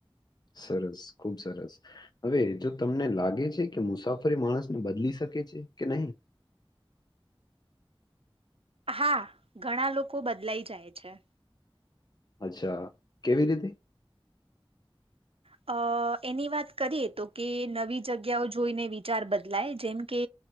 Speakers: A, on the left; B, on the right.
A: સરસ ખુબ સરસ હવે જો તમને લાગે છે, કે મુસાફરી માણસને બદલી શકે છે, કે નહીં?
B: હા ઘણા લોકો બદલાઈ જાય છે.
A: અચ્છા કેવી રીતે
B: અ એની વાત કરીએ તો કે નવી જગ્યાઓ જોઈને વિચાર બદલાય જેમ કે